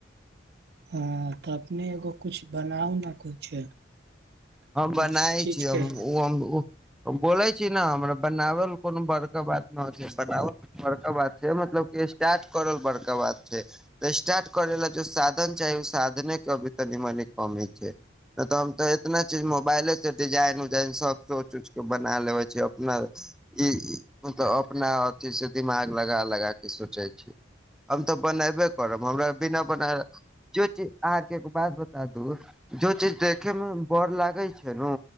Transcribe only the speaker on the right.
हँ तऽ अपने एगो कुछ बनाउ न कुछ।
कुछ
चीज
के